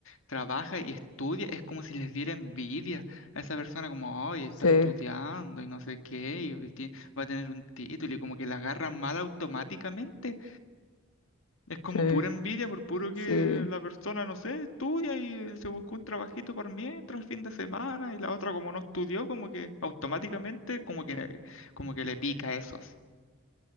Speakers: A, on the left (about 60°); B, on the left (about 80°).
A: trabaja y estudia, es como si les diera envidia a esa persona como, oye, está
B: sí,
A: estudiando y no sé qué, y hoy tie- va a tener un título y como que la agarran mal automáticamente. Es como
B: sí,
A: pura envidia por puro que
B: sí,
A: la persona, no sé, estudia y eh, se buscó un trabajito por mientras el fin de semana y la otra como no estudió, como que automáticamente como que, como que le pica eso así.